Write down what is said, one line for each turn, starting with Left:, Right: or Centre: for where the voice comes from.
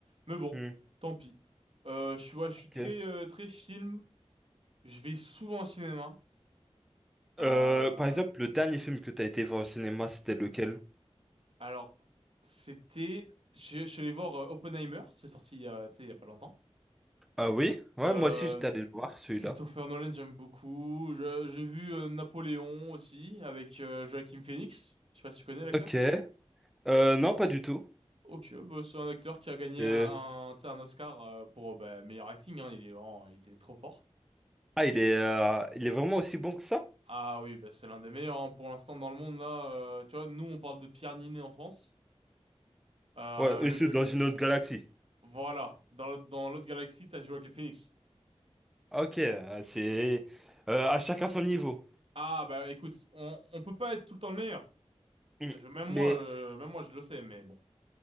Right: mais bon,
Centre: Hmm,
Right: tant pis. Euh, je suis, ouais, je suis
Centre: ok.
Right: très euh, très film. Je vais souvent au cinéma. Euh,
Centre: Euh, par exemple, le dernier film que t'as été voir au cinéma, c'était lequel?
Right: alors, c'était, je, je suis allé voir euh, Oppenheimer. C'est sorti il y a, tu sais, il y a pas longtemps.
Centre: Ah oui? Ouais,
Right: Euh,
Centre: moi aussi, j'étais allé le voir, celui-là.
Right: Christopher Nolan, j'aime beaucoup. Je- J'ai vu euh, Napoléon aussi avec euh, Joaquin Phoenix. Je sais pas si tu connais l'acteur.
Centre: Ok. Euh, non, pas du tout.
Right: Ok, bah, c'est un acteur qui a gagné
Centre: Euh,
Right: un, tu sais, un Oscar euh, pour bah, meilleur acting. hein. Il est vraiment, il était trop fort.
Centre: Ah, il est, euh, il est vraiment aussi bon que ça?
Right: Ah oui, bah c'est l'un des meilleurs hein, pour l'instant dans le monde là. euh, tu vois, nous on parle de Pierre Niney en France. Euh,
Centre: Ouais, eux,
Right: le,
Centre: c'est
Right: le-
Centre: dans une autre galaxie.
Right: voilà, dans l'autre dans l'autre galaxie, t'as Joaquin Phoenix.
Centre: Ok, euh, c'est... euh, à chacun son niveau.
Right: Ah bah écoute, on on peut pas être tout le temps le meilleur.
Centre: Hmm.
Right: Je, même
Centre: Mais
Right: moi, euh, même moi je le sais, mais bon.